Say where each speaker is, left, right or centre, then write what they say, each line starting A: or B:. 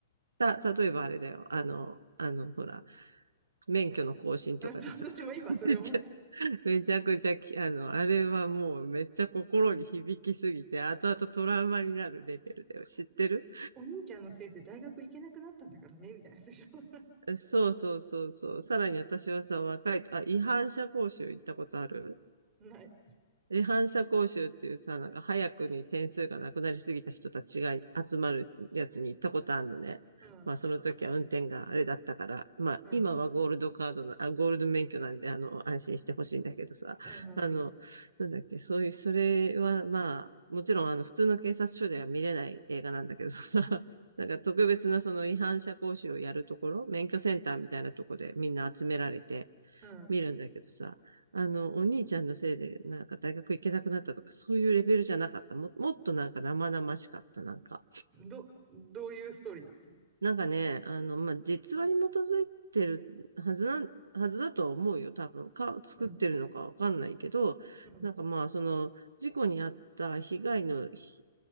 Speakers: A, on the right; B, on the right.
A: た、例えばあれだよ。あの、あの、ほら、免許の更新とかでさ、
B: <laughs> うんそう、私も今それ思って。
A: <laughs> めっちゃ、めちゃくちゃき、あの、あれはもうめっちゃ心に響きすぎて、後々トラウマになるレベルだよ。知ってる
B: お兄ちゃんのせいで大学行けなくなったんだからね、みたいなやつでしょ。<laughs>
A: そうそうそうそう。さらに私はさ、若いと、あ、違反者講習行ったことある
B: ない。
A: で、反者講習っていうさ、なんか早くに点数がなくなりすぎた人たちが集まるやつに行ったことあるのね。
B: うん、
A: まあその時は運転があれだったから、まあ今はゴールドカードな、
B: うん、うん、
A: あ、ゴールド免許なんで、あの、安心してほしいんだけどさ、
B: うん、
A: あの、なんだっけ、そういう、それはまあ、もちろんあの普通の警察署では見れない映画なんだけどさ、<laughs> なんか特別なその違反者講習をやるところ、免許センターみたいなところでみんな集められて、
B: うん。
A: 見るんだけどさ、あの、お兄ちゃんのせいで、なんか大学行けなくなったとか、そういうレベルじゃなかった。も、もっとなんか生々しかった、なんか。
B: うんど、どういうストーリーだった
A: なんかね、あの、まあ、実話に基づいてるはずなん、はずだとは思うよ、多分。か、作ってるのかわかんないけど、
B: うん、うん、
A: なんかまあ、その、事故に遭った被害の、ひ